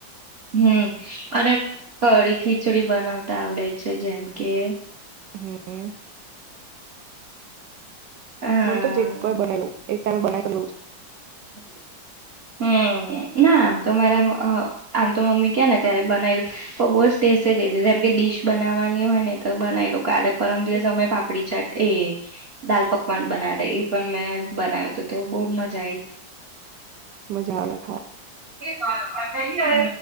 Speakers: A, on the right; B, on the right.
A: હમ્મ અને કઢી ખીચડી બનાવતા આવડે છે જેમ કે
B: હમ્મ
A: હા
B: મન તો જ કઈ બનેલું એક <unintelligible>
A: <inaudible> હમ ના આમ તો મારા આમ તો મમ્મી કે ને ત્યારે બનાવી લોગ જ ટેસે જેમ કે ડડીશ બનાવવાની હોય ને તો બનાવી લો કાલે પરમ દિવસ અમે પાપડી ચાટ એ દાલ પકવાન બનાવે એ પણ મેં બનાવ્યું તો તે બહુ મજા આવી
B: મજા આવ્યા
A: <inaudible>